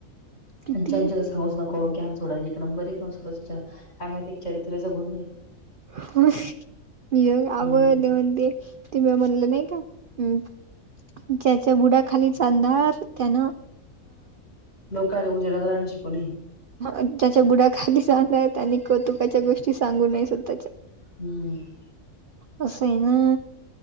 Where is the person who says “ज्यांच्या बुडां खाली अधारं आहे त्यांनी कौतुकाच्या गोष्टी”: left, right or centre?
Right